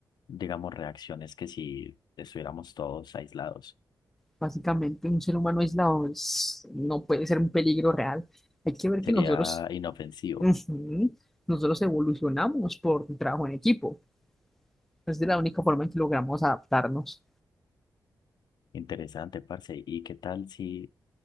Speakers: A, on the left; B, in the centre.
A: digamos, reacciones que si estuviéramos todos aislados.
B: Básicamente, un ser humano aislado es- no puede ser un peligro real. Hay que ver
A: Sería
B: que nosotros,
A: inofensivo,
B: ujú, nosotros evolucionamos por un trabajo en equipo. Es de la única forma en que logramos adaptarnos.
A: interesante, parce. ¿Y qué tal si